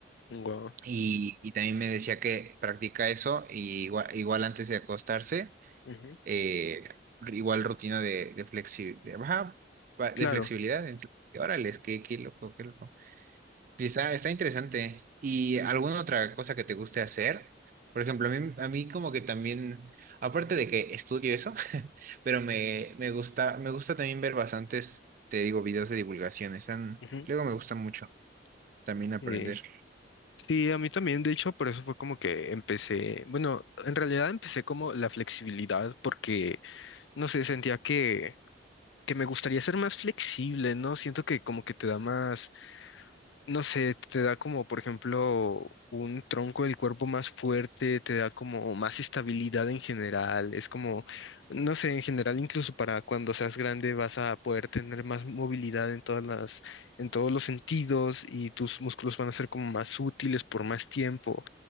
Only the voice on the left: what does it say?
Guau.
Ujú.
Claro.
Ujú.
Eh, Sí, a mí también, de hecho, por eso fue como que empecé, bueno, en realidad empecé como la flexibilidad porque, no sé, sentía que que me gustaría ser más flexible, ¿no? Siento que como que te da más, no sé, te da como, por ejemplo, un tronco del cuerpo más fuerte, te da como más estabilidad en general, es como, no sé, en general incluso para cuando seas grande vas a poder tener más movilidad en todas las, en todos los sentidos y tus músculos van a ser como más útiles por más tiempo.